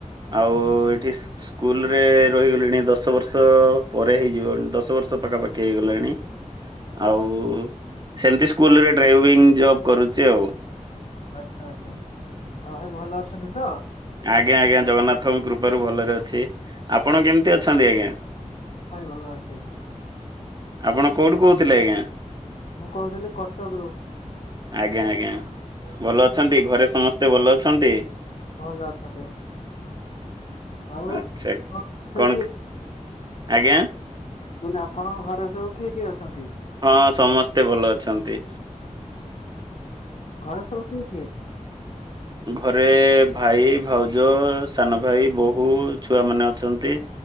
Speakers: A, on the right; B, on the left.
A: ଆଉ
B: ଓହୋ
A: ଏଠି ସ୍କୁଲ ରେ ରହିଗଲିଣି ଦଶ ବର୍ଷ ପରେ ହେଇଯିବ ଦଶ ବର୍ଷ ପାଖାପାଖି ହେଇଗଲାଣି। ଆଉ ସେମିତି ସ୍କୁଲରେ ଡ୍ରାଇଭିଙ୍ଗ ଜବ କରୁଛି ଆଉ।
B: ଆଚ୍ଛା ଆଚ୍ଛା ଆଉ ଭାଇ ଭଲ ଅଛନ୍ତି ତ?
A: ଆଜ୍ଞା ଆଜ୍ଞା ଜଗନ୍ନାଥଙ୍କ କୃପାରୁୁ ଭଲରେ ଅଛି। ଆପଣ କେମିତି ଅଛନ୍ତି ଆଜ୍ଞା?
B: ପାଇଁ ଭଲ ଅଛି
A: ଆପଣ କୋଉଠୁ କହୁଥିଲେ ଆଜ୍ଞା?
B: ମୁଁ କହୁଥିଲି କଟକରୁ।
A: ଆଜ୍ଞା ଆଜ୍ଞା ଭଲ ଅଛନ୍ତି ଘରେ ସମସ୍ତେ ଭଲ ଅଛନ୍ତି?
B: ଭଲ ଅଛନ୍ତି। ଆଉ
A: ଆଚ୍ଛା
B: ଆପଣ ସବୁ
A: କଣ ଆଜ୍ଞା।
B: ମୁଁ କହିଲି ଆପଣଙ୍କ ଘରେ ସବୁ କିଏ କିଏ ଅଛନ୍ତି?
A: ହଁ ସମସ୍ତେ ଭଲ ଅଛନ୍ତି।
B: ଘରେ ସବୁ କିଏ କିଏ?
A: ଘରେ ଭାଇ, ଭାଉଜ, ସାନ ଭାଇ, ବୋହୂ, ଛୁଆ ମାନେ ଅଛନ୍ତି।